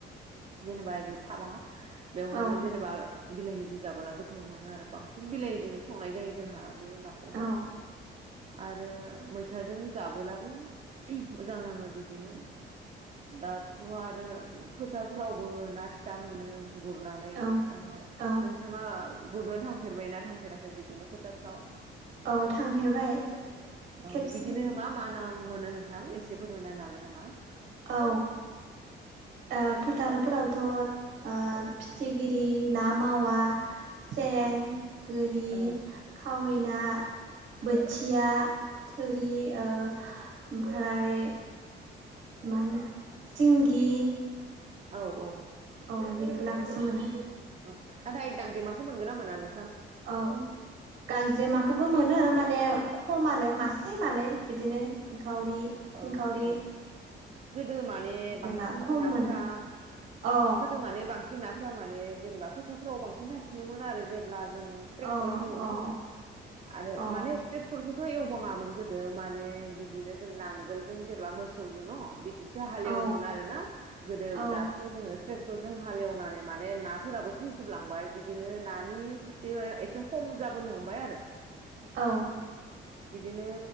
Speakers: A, on the right (about 35°); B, on the right (about 65°).
A: जेनेबा बि थाबाङा बेवहायबो
B: औ
A: जेनेबा बिलाहिजों जाबोला गोथाव मोनो आरो बांसिन बिलाहिजों संनाय जायो जोंहा बे नाखौहाय।
B: औ
A: आरो मैथाजों जाबोलाबो मोजां नाङो बि बिदिनो दाथ' आरो फोथारफ्रावबो ना फिसा मोनो। गुरनानै
B: औ
A: नाथाय
B: औ
A: नोंथाङा गुरनो थांफेरबायना थांफेराखै बिदिनो फोथारफ्राव?
B: औ थांफेरबाय।
A: औ
B: खेबसे
A: बिदिनो मा मा ना मोनो नोंथां एसे एसे फोरमायना हागोन नामा?
B: औ ओ फोथारफोरावथ' ओ फिथिग्रि ना मावा। सें
A: औ
B: गोरि
A: औ
B: खावै ना बोथिया थुरि ओ ओमफ्राय मा होनो सिंगि।
A: औ औ।
B: औ बेफोर नाखौसो मोनो।
A: औ नाथाय गांजेमाखौ मोनगोन ना मोना नों?
B: औ गांजेमाखौबो मोनो माने खम आरो मासे मानै बिदिनो सिंखावरि
A: औ
B: सिंखावरि
A: औ । गोदो माने
B: जेमा
A: बांसिन
B: खम
A: नाफोरा
B: मोनो अ
A: गोदो माने बांसिन नाफोरा माने जेनेबा फोथारफ्राव बांसिन थासिनोमोन आरो जेब्ला जों ट्रेक्टर
B: अ
A: एवो न'
B: अ
A: आरो
B: अ
A: माने ट्रेक्टरखौथ' एवबाङामोन
B: नोंथां
A: गोदो । माने बिदिनो जों नांगोलजों जेनेबा मोसौजों न' बि बिदिसो हालेवोमोन
B: औ
A: आरो ना गोदो
B: औ
A: दाथ' जोङो ट्रेक्टर जों हालेवनानै माने नाफोराबो थैजोबलांबाय बिदिनो नानि बे एसे खम जाबोनो हमबाय आरो
B: औ
A: बिदिनो